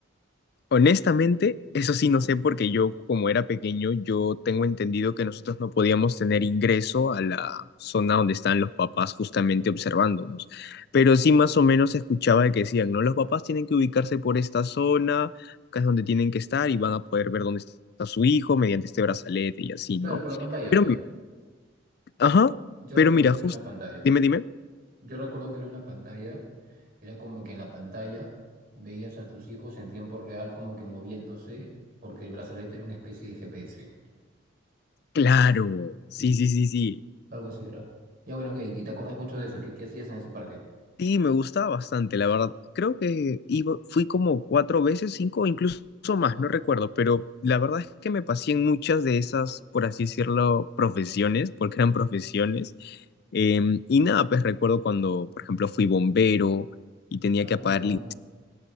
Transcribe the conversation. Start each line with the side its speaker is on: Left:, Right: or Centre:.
Left: Honestamente, eso sí no sé porque yo como era pequeño, yo tengo entendido que nosotros no podíamos tener ingreso a la zona donde están los papás justamente observándonos. Pero sí más o menos escuchaba de que decían, no, los papás tienen que ubicarse por esta zona, acá es donde tienen que estar y van a poder ver dónde está su hijo mediante este brazalete y así,
Right: Claro,
Left: ¿no?
Right: por la pantalla,
Left: Pero,
Right: pues.
Left: mi- ajá,
Right: Yo
Left: pero
Right: recuerdo
Left: mira,
Right: que
Left: justo,
Right: era una pantalla.
Left: dime, dime.
Right: Yo recuerdo que era una pantalla, y era como que en la pantalla veías a tus hijos en tiempo real como que moviéndose, porque el brazalete era una especie de GPS.
Left: Claro, sí,
Right: Sí,
Left: sí, sí, sí.
Right: algo así era. Ya bueno, ok, y te acuerdas mucho de eso, ¿qué, qué hacías en ese parque?
Left: Sí, me gustaba bastante, la verdad. Creo que iba, fui como cuatro veces, cinco, o incluso más,
Right: Wow.
Left: no recuerdo, pero la verdad es que me pasé en muchas de esas, por así decirlo, profesiones, porque eran profesiones. Em, y nada, pues recuerdo cuando, por ejemplo, fui bombero y tenía
Right: Ah,
Left: que apagar
Right: qué bacán.
Left: lin-